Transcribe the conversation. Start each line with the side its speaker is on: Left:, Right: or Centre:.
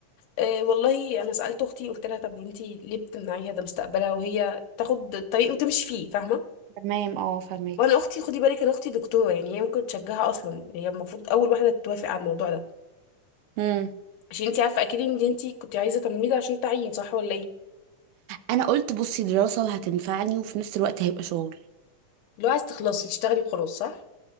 Left: أه والله انا سالت اختي قلت لها طب انتي ليه بتمنعيها ده مستقبلها وهي تاخد الطريق وتمشي فيه فاهمه
Right: تمام اه فهماكي
Left: وانا اختي خدي بالك انا اختي دكتوره يعني هي ممكن تشجعها اصلا هي المفروض اول واحده توافق على الموضوع ده
Right: مم.
Left: عشان انتي عارفه اكيد ان انتي كنت عايزه تمريض عشان تعيين صح ولا ايه
Right: انا قلت بصي دراسة وهتنفعني وفي نفس الوقت هيبقى شغل
Left: لو عايز تخلصي تشتغلي وخلاص صح